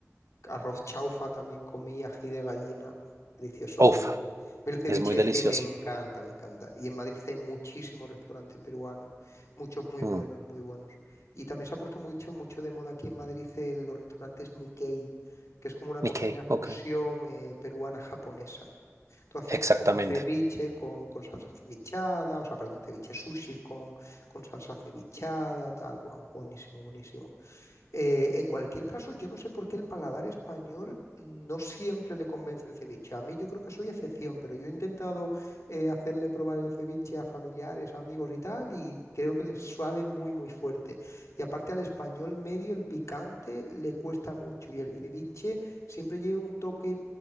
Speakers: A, on the left; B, on the right.
A: Arroz chaufa también comí, ají de gallina. Buah, Delicioso
B: Uf,
A: todo. A mí El ceviche
B: es muy delicioso.
A: es que me encanta, me encanta. Y en Madrid hay muchísimos restaurantes peruanos, muchos muy
B: Mm,
A: buenos, muy buenos. Y también se ha puesto mucho, mucho de moda aquí en Madrid eh, los restaurantes Nikkei, que es como una cocina
B: ok,
A: fusión
B: ok,
A: eh, peruana-japonesa. Tú hacen
B: exactamente.
A: como ceviche con, con salsa cevichada, o sea, perdón, ceviche sushi con, con salsa cevichada, tal, buah, buenísimo, buenísimo. Eh, en cualquier caso, yo no sé por qué el paladar español no siempre le convence el ceviche. A mí yo creo que soy excepción, pero yo he intentado eh, hacerle probar el ceviche a familiares, amigos y tal, y creo que les suave muy, muy fuerte. Y aparte al español medio el picante le cuesta mucho y el ceviche siempre lleva un toque,